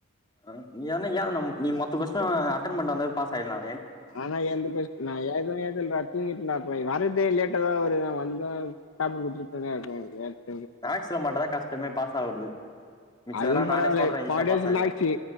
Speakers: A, on the left; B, on the left.
A: ஆ என்ன ஏத் நம் நீ மத்த கொஸ்டின்லா அட்டன் பண்ட்டு வந்தாவே பாஸ் ஆயிலா
B: ஆனா எந்த கொஸ்டி நா எழ்தவே இது இல்றா தூங்கிட் டா போய் வறதே லேட்டா தா வர் செர் நா வந்தா பேப்பரு குடுத்துருப்பனே <unintelligible>
A: மேக்ஸ்ல மட்டுதா கஷ்டமே பாஸ் ஆவுறது மிச்சதெல்லாம்
B: அதுவு பரவால்ல
A: நானே சொல்றேன்
B: ஒக்கிட்டையாக்கிது
A: ஈஸியா பாஸ் ஆயிடலாம்
B: மேக்சி